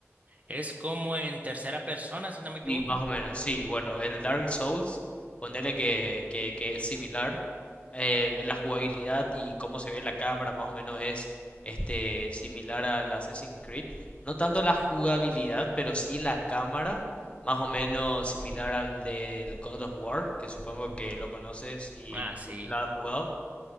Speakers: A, on the right; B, on the left.
A: Es como en tercera persona, si no me equivoco.
B: Y más o menos, sí, bueno, el Dark Souls, ponerle que, que- que es similar. eh, la jugabilidad y cómo se ve la cámara más o menos es este, similar al Assassin's Creed. No tanto la jugabilidad, pero sí la cámara, más o menos similar al del God of War, que supongo que lo conoces y
A: Ah,
B: no
A: sí.
B: sé si la has jugado.